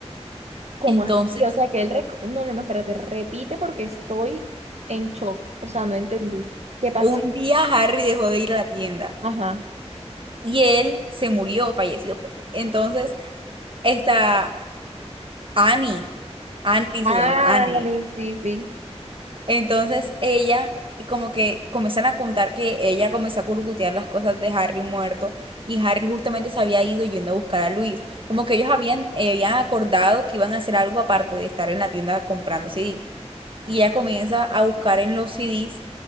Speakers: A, on the right; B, on the right.
A: ¿Cómo
B: Entonces,
A: así? O sea, que él... rec- No, no, no, espérate, repite porque estoy en shock. O sea, no entendí. ¿Qué pasó?
B: un día Harry dejó de ir a la tienda
A: Ajá.
B: y él se murió, falleció. Entonces, esta Annie, Annie
A: Ah,
B: se llama Annie.
A: dale, sí, sí.
B: Entonces, ella y como que comienzan a contar que ella comenzó a curcutear las cosas de Harry muerto y Harry justamente se había ido yendo a buscar a Luis. Como que ellos habían, eh, habían acordado que iban a hacer algo aparte de estar en la tienda comprando CDs. Y ella comienza a buscar en los CDs